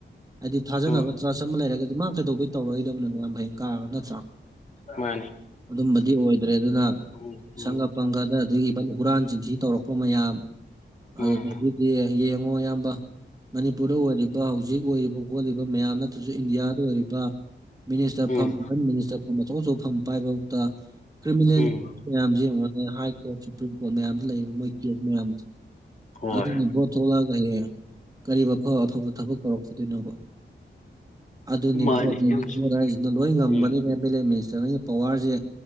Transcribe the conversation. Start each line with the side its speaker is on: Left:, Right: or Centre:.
Right: ꯍꯥꯏꯗꯤ ꯊꯥꯖꯅꯕ
Left: ꯎꯝ
Right: ꯆꯔꯁ ꯑꯃ ꯂꯩꯔꯒꯗꯤ ꯃꯥ ꯀꯩꯗꯧꯕꯩ ꯇꯧꯔꯣꯏꯗꯕꯅꯣꯅ ꯌꯥꯝ ꯍꯌꯦ ꯀꯥꯔꯒ ꯅꯠꯇ꯭ꯔ
Left: ꯃꯥ
Right: ꯑꯗꯨꯝꯕꯗꯤ ꯑꯣꯏꯗ꯭ꯔꯦ ꯑꯗꯨꯅ
Left: ꯎꯝ ꯎꯝ
Right: ꯁꯪꯒ ꯄꯪꯒꯗ ꯑꯗꯨꯒꯤ ꯏꯚꯟ ꯍꯨꯔꯥꯟꯁꯤꯡ ꯊꯤ ꯇꯧꯔꯛꯄ ꯃꯌꯥꯝ
Left: ꯎꯝ
Right: ꯑꯗꯨꯗꯒꯤꯗꯤ ꯌꯦꯡꯉꯣ ꯑꯌꯥꯝꯕ ꯃꯅꯤꯄꯨꯔꯗ ꯑꯣꯏꯔꯤꯕ ꯍꯧꯖꯤꯛ ꯑꯣꯏꯔꯤꯕ ꯈꯣꯠꯂꯤꯕ ꯃꯌꯥꯝꯅ ꯑꯗꯨꯁꯨ ꯏꯟꯗꯤꯌꯥꯗ ꯑꯣꯏꯔꯤꯕ ꯃꯤꯅꯤꯁꯇꯔ
Left: ꯎꯝ
Right: ꯐꯝ ꯏꯐꯦꯟ ꯃꯤꯅꯤꯁꯇꯔ ꯐꯝ ꯑꯆꯧ ꯑꯆꯧꯧꯕ ꯐꯝ ꯄꯥꯏꯕ ꯐꯥꯎꯗ ꯀ꯭ꯔꯤꯃꯤꯅꯦꯜ
Left: ꯎꯝ
Right: ꯀꯦꯁ ꯃꯌꯥꯝꯁ ꯌꯦꯡꯉ ꯍꯥꯏ ꯀꯣꯔꯠ ꯁꯨꯄ꯭ꯔꯤꯝ ꯀꯣꯔꯠ ꯃꯌꯥꯝꯗ ꯂꯩꯌꯦꯕ ꯃꯣꯏ ꯀꯦꯁ ꯃꯌꯥꯝꯗꯣ
Left: ꯍꯣꯏ
Right: ꯑꯗꯨꯅ ꯕꯣꯠ ꯊꯣꯛꯂꯛꯑꯒ ꯍꯌꯦꯡ ꯀꯔꯤ ꯑꯐ ꯑꯐꯕ ꯊꯕꯛ ꯀꯧꯔꯛꯀꯗꯣꯏꯅꯣ ꯑꯗꯨꯅꯦ
Left: ꯃꯥꯅꯤ
Right: ꯕꯣꯠ
Left: ꯌꯥꯝ
Right: ꯍꯥꯏꯁꯤꯅ ꯂꯣꯏ ꯉꯝꯕꯅꯤꯅꯦ
Left: ꯎꯝ
Right: ꯑꯦꯝ ꯑꯦꯜ ꯑꯦ ꯃꯤꯅꯤꯁꯇꯔ ꯑꯩꯅ ꯄꯋꯥꯔꯁꯦ